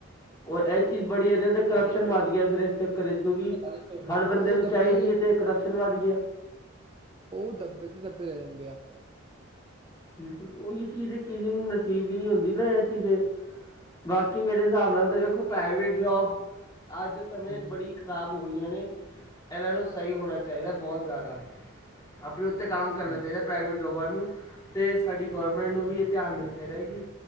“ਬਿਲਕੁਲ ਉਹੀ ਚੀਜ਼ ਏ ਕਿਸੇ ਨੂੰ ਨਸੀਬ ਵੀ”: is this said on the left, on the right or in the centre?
Left